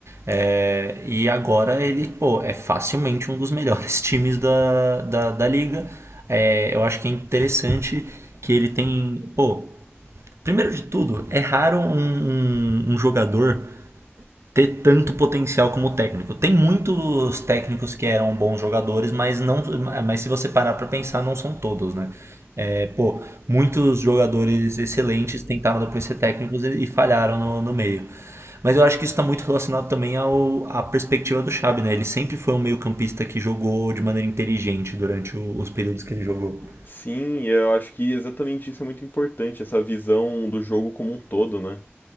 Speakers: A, on the right (about 80°); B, on the left (about 45°).
A: É, e agora ele, pô, é facilmente um dos melhores <laughs> times da, da, da liga. É, eu acho que é interessante que ele tem, pô, Primeiro de tudo, é raro um, um- um jogador ter tanto potencial como técnico. Tem muitos técnicos que eram bons jogadores, mas não, mas se você parar para pensar, não são todos, né? É, pô, muitos jogadores excelentes tentaram depois ser técnicos e, e falharam no, no meio. Mas eu acho que isso está muito relacionado também ao, à perspectiva do Xabi, né? Ele sempre foi um meio-campista que jogou de maneira inteligente durante o- os períodos que ele jogou.
B: Sim, eu acho que exatamente isso é muito importante, essa visão do jogo como um todo, né?